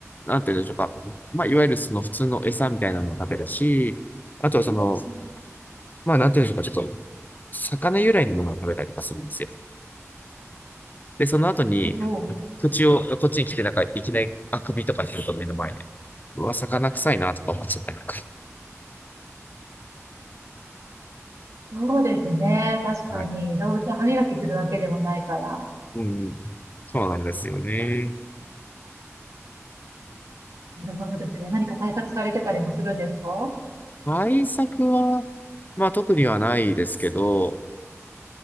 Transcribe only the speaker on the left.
なんて言うんでしょうか。まあ、いわゆるその、普通の餌みたいなのも食べるし、あとはその、
まあ、なんて言うんでしょうか。ちょっと、魚由来のものを食べたりとかするんですよ。で、その後に、
口を、こっちに来て、なんか、いきなり、あくびとかすると目の前に、うわ、魚臭いな、とか思っちゃったりとか。
はい。
うん。そうなんですよね。
対策は、まあ特にはないですけど、